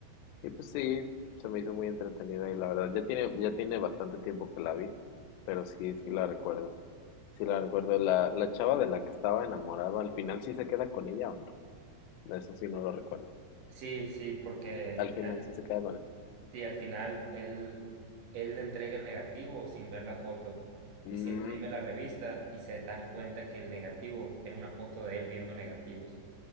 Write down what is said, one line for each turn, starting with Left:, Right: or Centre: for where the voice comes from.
Left: y pues sí, se me hizo muy entretenida y la verdad, ya tiene, ya tiene bastante tiempo que la vi, pero sí, sí la recuerdo. Sí la recuerdo. La, la chava de la que estaba enamorado, al final sí se queda con ella o no. Eso sí no lo recuerdo.
Right: Sí, sí, porque
Left: Al final
Right: al
Left: sí se queda con él.
Right: Sí, al final él, él le entrega el negativo sin ver la foto
Left: Mm,
Right: y se imprime la revista y se dan cuenta que el negativo era una foto de él viendo negativos.